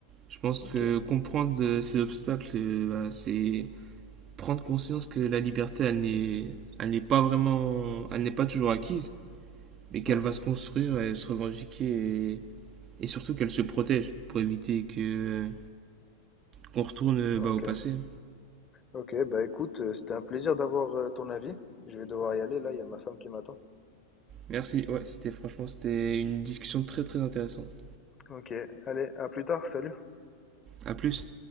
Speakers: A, on the right; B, on the left.
A: Je pense
B: Ok.
A: que comprendre euh, ces obstacles, euh, bah, c'est prendre conscience que la liberté, elle n'est, elle n'est pas vraiment, elle n'est pas toujours acquise, mais qu'elle
B: Hmm.
A: va se construire et se revendiquer. Et, et surtout qu'elle se protège pour éviter que euh, qu'on retourne euh,
B: Ok.
A: bah, au passé.
B: Ok. Bah écoute, euh, c'était un plaisir d'avoir euh, ton avis. Je vais devoir y aller là. Il y a ma femme qui m'attend.
A: Merci, ouais, c'était franchement c'était une discussion très très intéressante.
B: Ok. Allez, à plus tard. Salut.
A: À plus.